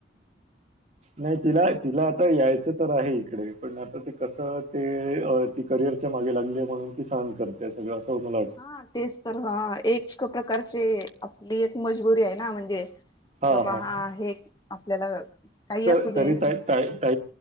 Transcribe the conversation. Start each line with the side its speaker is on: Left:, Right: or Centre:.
Right: नाही तिला तिला आता यायचं तर आहे इकडे पण आता ते कसं.. ते अ ती करिअरच्या मागे लागली म्हणून ती सहन करते... ते सगळं असं होणार...
Left: हा तेच तर व्हा एक.... एक प्रकारचे आपली एक मजबुरी आहे ना म्हणजे कि
Right: हां,
Left: बाबा
Right: हां.
Left: हा हे.. आपल्याला... काही
Right: तर
Left: असू दे
Right: तरी ता त